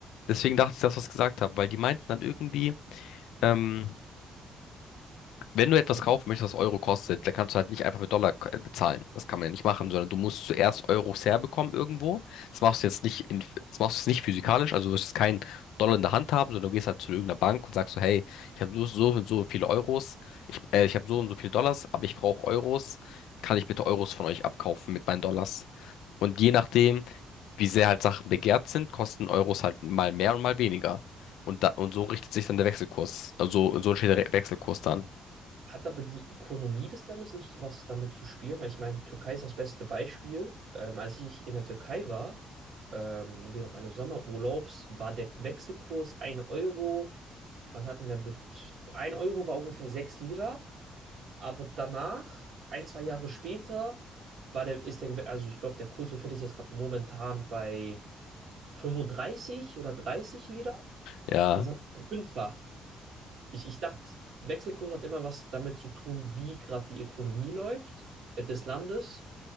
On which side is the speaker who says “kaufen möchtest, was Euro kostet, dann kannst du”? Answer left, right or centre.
Left